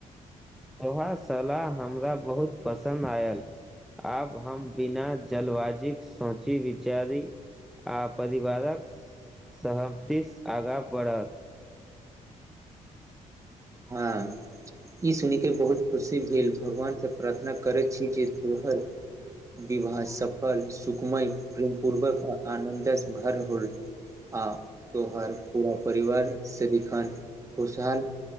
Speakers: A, in the centre; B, on the right.
A: अहाँक सलाह हमरा बहुत पसन्द आयल आब हम बिना जलबाजी सोची विचारी आ परिवारक सहमतिसँ आगाँ बढ़त
B: हँ ई सुन कऽ बहुत खुशी भेल भगवानसँ प्रार्थना करैत छी तोहर विवाह सफल सुखमय प्रेम पूर्वक आ आनन्द भरल होल आ तोहर पूरा परिवार सदिखन खुशहाल